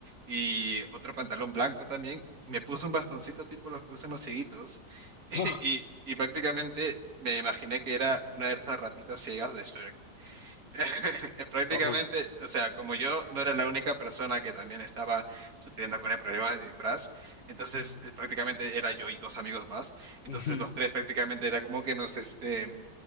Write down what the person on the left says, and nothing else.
Ah,
oh,
ujú,